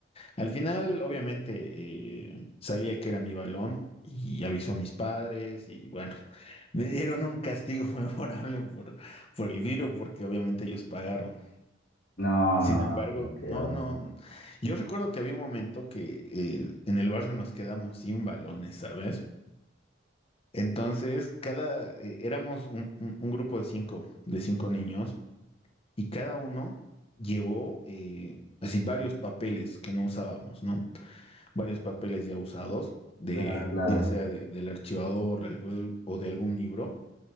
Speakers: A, on the left; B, on the left.
A: al final, obviamente, eh, sabía que era mi balón y avisó a mis padres y bueno, <laughs> me dieron un castigo <laughs> memorable por, por el virus porque obviamente ellos pagaron.
B: no,
A: Sin
B: no,
A: embargo,
B: no, quedó.
A: no, no, yo recuerdo que había un momento que eh, en el barrio nos quedamos sin balones, ¿sabes? Entonces, cada, eh, éramos un, un- un grupo de cinco, de cinco niños y cada uno llevó eh, así varios papeles que no usábamos, ¿no? varios papeles ya usados, de,
B: Claro, claro.
A: ya sea de- del archivador algún- o de algún libro,